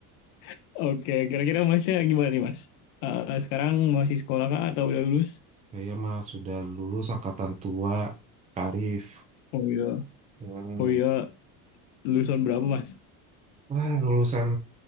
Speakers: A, on the left (about 80°); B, on the right (about 15°).
A: <laughs> Oke, kira-kira Masnya gimana nih Mas? Eh, sekarang masih sekolah kah atau udah lulus?
B: Saya mah sudah lulus angkatan tua, Karif.
A: Oh iya.
B: Hmm.
A: Oh iya, lulusan berapa Mas?
B: Wah, lulusan